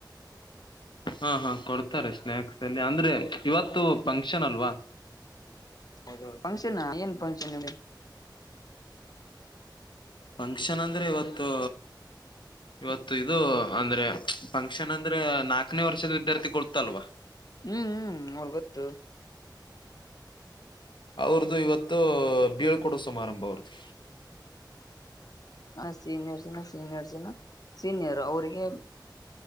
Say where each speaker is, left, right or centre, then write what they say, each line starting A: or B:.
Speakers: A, on the left (about 85°); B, on the left (about 55°).
A: ಹಾ ಹಾ ಕೊಡ್ತಾರೆ ಸ್ನಾಯಾಕ್ಸ್ ಅಲ್ಲಿ ಅಂದ್ರೆ ಇವತ್ತು ಫಂಕ್ಷನ್ ಅಲ್ವಾ
B: ಹೌದ ಫಂಕ್ಷನ್ ಏನ್ ಫಂಕ್ಷನ್ ಇ
A: ಫಂಕ್ಷನ್ ಅಂದ್ರೆ ಇವತ್ತು ಇವತ್ತು ಇದು ಅಂದ್ರೆ ಫಂಕ್ಷನ್ ಅಂದ್ರೆ ನಾಕನೇ ವರ್ಷದ ವಿದ್ಯಾರ್ಥಿ ಕೊಡ್ತಲ್ವಾ
B: ಹ್ಮ್ ಹ್ಮ್ ಅವ್ರು ಗೊತ್ತು
A: ಅವ್ರದುು ಇವತ್ತು ಬೀಳ್ಕೊಡು ಸಮಾರಂಭ ಅವ್ರದುು
B: ಹ ಸೀನಿಯರ್ಸ್ಿನ ಸೀನಿಯರ್ಸಿನ ಸೀನಿಯರ್ ಅವ್ರಿಗೆ